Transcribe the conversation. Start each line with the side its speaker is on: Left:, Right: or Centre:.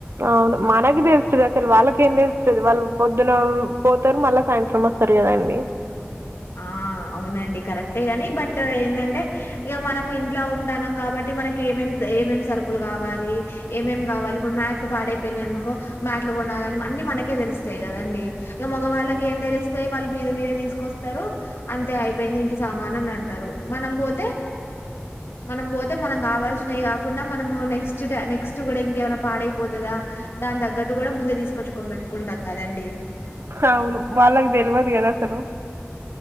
Right: అవును మనకి తెలుస్తది అసలు వాళ్ళకేం వాళ్ళు పొద్దున పోతారు మళ్ళా సాయంత్రం వస్తారు కదండి
Left: ఆ అవునండి కరెక్టే గాని బట్ ఎందంటే ఇక మనం ఇంట్ల ఉంటానం కాబట్టి మనకి ఏమేం సరుకులు కావాలి ఏమేం కావాలి ఇప్పుడు మాట్లు పాడపోయినా అనుకో మాట్లు కొనాలని మనకే తెలుస్తాయి కదండి మగవాళ్ళకి ఏం తెలుస్తాయి వాళ్ళు మీద మీద తీసుకొస్త టారూ అంతే అయిపోయింది ఇంటి సామాన్ అని అంటారు మనం పోతే మనం పోతే మనం కావాల్సినవి కాకుండా మనము నెక్స్ట్ నెక్స్ట్ కూడా ఇంకేమైనా పాడైపోతుందా దాని తగ్గట్టు కూడా ముందే తీసుకొచ్చి కొనిపెట్టుకుంటాం కదండి
Right: అవును వాళ్ళకు తెలియదు కదా అసలు